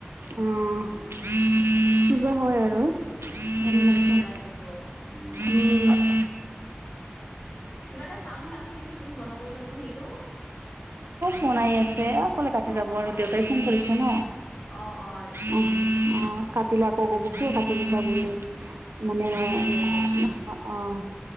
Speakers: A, on the right; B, on the left.
A: অ কিবা হয় আৰু। গম
B: উম
A: নাপাও
B: তাকেতো উম।
A: উম
B: কিবা এটা চাউণ্ড হৈ আছে নেকি তুমি বন্ধ কৰি দিয়াচোন সেইটো।
A: বনাই আছে। অকলে কাটি
B: অ',
A: যাব আৰু
B: অ',
A: দেউতাই ফোন কৰিছে ন।
B: অ', অ', আচ্ছা
A: অ-অ। কাটিলে আকৌ ক'ব কিয় কাটি দিলা বুলি। মানে অ <unintelligible>
B: দেউতাই কৰিছে ন।
A: অঁ।